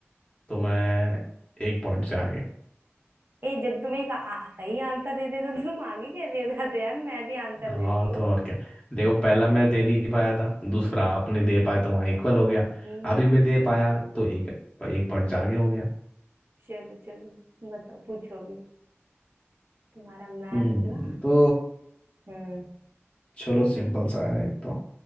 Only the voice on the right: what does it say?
ए जब तुम एक आ, सही आंसर देते तो तुम आगे कैसे हो जाते यार मैं भी आंसर
देती हूँ
हम्म
चलो चलो बताओ पूछो अभी तुम्हारा मैथ्स
ना
हम्म